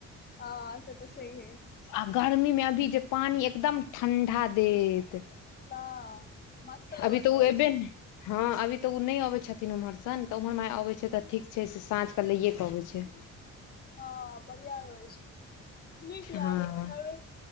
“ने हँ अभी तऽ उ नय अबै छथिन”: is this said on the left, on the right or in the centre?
Left